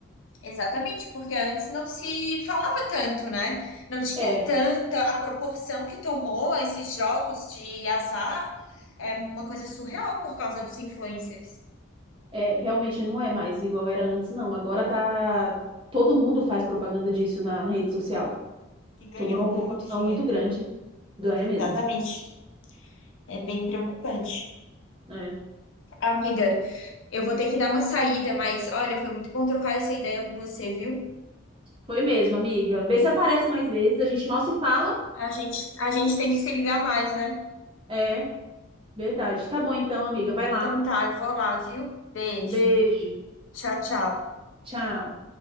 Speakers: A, on the left; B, on the right.
A: Exatamente, porque antes não se falava tanto, né? Não tinha
B: É,
A: tanta a proporção que tomou esses jogos de azar, é uma coisa surreal por causa dos influencers,
B: é, realmente não é mais igual era antes, não. Agora tá. Todo mundo faz propaganda disso na, na rede social.
A: que ganha
B: Tomou
A: muito
B: uma proporção
A: dinheiro.
B: muito grande. Ganha mesmo,
A: Exatamente, é bem preocupante.
B: né?
A: Amiga, eu vou ter que dar uma saída, mas olha, foi muito bom trocar essa ideia com você, viu?
B: Foi mesmo, amiga. Vê se aparece mais vezes. A gente mal se fala.
A: A gente, a gente tem que se ligar mais, né?
B: É, verdade. Tá bom então, amiga. Vai lá.
A: Então tá, eu vou lá, viu? Beijo.
B: Beijo.
A: Tchau, tchau.
B: Tchau.